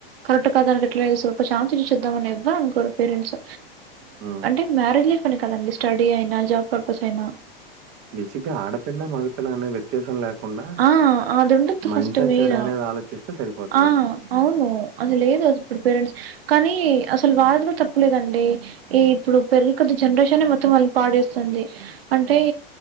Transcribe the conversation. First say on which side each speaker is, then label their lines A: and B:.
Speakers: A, on the right (about 80°); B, on the right (about 40°).
A: కరెక్ట్ కాదని తనకి ఎట్లా తెలుసు ఒక ఛాన్స్ ఇచ్చి చూద్దాం అని ఎవ్వరు అనుకోరు పేరెంట్స్
B: ఉమ్.
A: అంటే మ్యారేజ్ లైఫ్ అని కాదండి స్టడీ అయినా జాబ్ పర్పస్ అయినా
B: బేసిగ్గా ఆడపిల్లా మగాపిల్ల అనేది వ్యత్యాసం లేకుండా
A: ఆ అది ఉండొద్దు
B: మంచా
A: ఫస్ట్ మెయిన్
B: చెడా అనేది ఆలోచిస్తే సరిపోతాది
A: ఆ అవును అది లేదు ఇప్పుడు పేరెంట్స్ కానీ అసలు వాల్దీ కూడా తప్పు లేదండి ఈ ఇప్పుడు పెరిగేకొద్ది జనరేషన్ నే మొత్తం వాళ్ళని పాడు చేస్తుంది అంటే